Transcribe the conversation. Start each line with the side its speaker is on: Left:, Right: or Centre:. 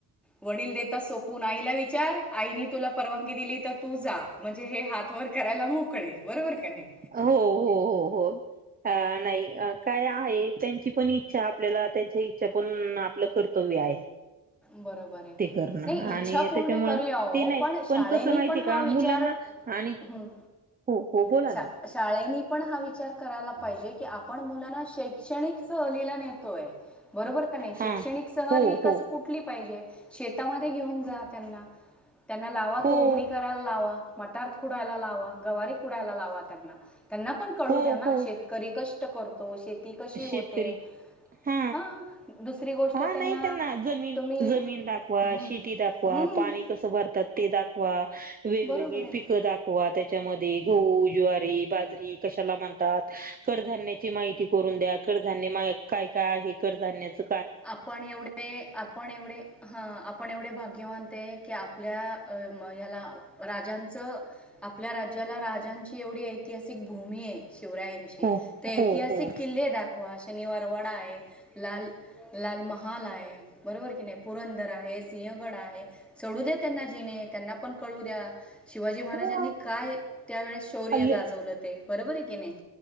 Centre: वडील देतां सोपूंन आईला विचार आईने तुलां परवानगी दिली तरं तु जां म्हणजे हे हात वरं करायंला मोकळे बरोबर कां नाहीं
Right: हो हो हो हो नाहीं कायं आहे त्यांची पणं ईच्छा आपल्यांला त्यांच्या ईच्छा पणं आपलं कर्तव्य आहे
Centre: बरोबर आहे
Right: ते करणं
Centre: नाही इच्छा
Right: आणि
Centre: पूर्ण
Right: त्यांच्यामुळे
Centre: करूया हो
Right: ते नाहीं
Centre: पण
Right: पणं
Centre: शाळेनी
Right: कसं माहितीय
Centre: पण हा
Right: कां
Centre: विचार
Right: मुलांना आणि
Centre: हं.
Right: हो हो बोलां
Centre: शा
Right: नां
Centre: शाळेनी पणं हां विचार करायंला पाहिजे की आपणं मुलांना शैक्षणिक सहलीला नेतो आहे बरोबर कि नाहीं शैक्षणिक
Right: हा
Centre: सहल
Right: हो
Centre: कसं
Right: हो
Centre: कुंठली पाहिजे शेतांमध्ये घेऊन जां त्यांना त्यांनां लांवा
Right: हो
Centre: तोडणी कां लांवा मांर कुंडयला लांवा जवारी कुंडयला लांवा त्यांनाण कळूं
Right: हो
Centre: द्यां नां
Right: हो
Centre: शेतकरी कंष्ट करतो शेती कशी
Right: शेतकरी
Centre: होते
Right: हा
Centre: हां दुसरी गोष्ट
Right: हा
Centre: त्यांना
Right: नाही जमीन
Centre: तुम्ही
Right: दाखवां
Centre: हं,
Right: शेती दाखवां
Centre: हं,
Right: पाणी असं भरतांत ते दाखवां वेगवेगळी
Centre: बरोबर आहे
Right: पिकं दाखवां त्यांच्यामध्ये गोहू ज्वारी बाजरी कशांला म्हनतांत कडधान्यांची माहिती करूंन द्यां कडधांन्य कायं कायं आहे कडधान्यांची
Centre: आपणं एवढे आपणं एवढे हां आपणं एवढे भाग्यंवान ते की आपल्यां ह्यांला राजांचं आपल्यां राज्यांला राजांची एवढी ऐतिहासिक भूमी आहे शिवरायांची
Right: हो
Centre: ते ऐतिहासिक
Right: हो हो
Centre: किल्ले दाखवां शनिवारवाडा आहे लाल लाल महांल आहे बरोबर की नाहीं पुरंदर आहे सिंहगड आहे कढूं दे्यां त्यांना जिणे त्यांना पणं कळूं द्यां शिवाजी महाराजांनी
Right: हो
Centre: कायं त्यांवेेळेस शौर्य
Right: ले
Centre: गाजवलं ते बरोबर आहे की नाहीं